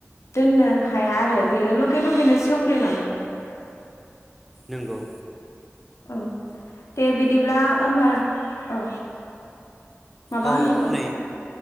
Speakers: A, on the left (about 80°); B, in the centre.
A: दोननो हाया आरो बेयो लगे लगेनो सेवफ्लेलाङो
B: नंगौ
A: अ दे बिदिब्ला होमबा। औ माबा
B: औ
A: होनबावगोन
B: नै